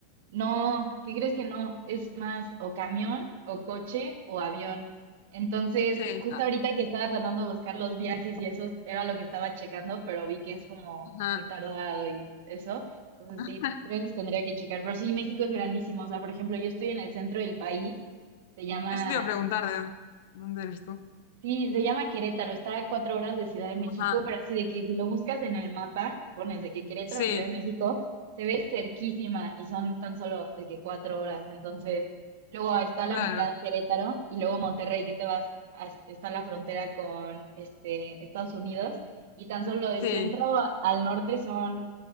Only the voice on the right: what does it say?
no, ¿qué crees que no? Es más o camión, o coche, o avión. Entonces,
justo
ahorita que estaba tratando de buscar los viajes y eso era lo que estaba checando, pero vi que es como
muy tardado y eso. Entonces,
sí, trenes tendría que checar. Pero sí, México es grandísimo. O sea, por ejemplo, yo estoy en el centro del país, se llama
Sí, se llama Querétaro, está a cuatro horas de Ciudad de México,
pero así de que si lo buscas en el mapa, pones de que Querétaro,
Ciudad de México, se ve cerquísima y son tan solo de que cuatro horas. Entonces, luego está
la mitad Querétaro y luego Monterrey, que te vas, a- está la frontera con este, Estados Unidos y tan solo del
centro al norte son,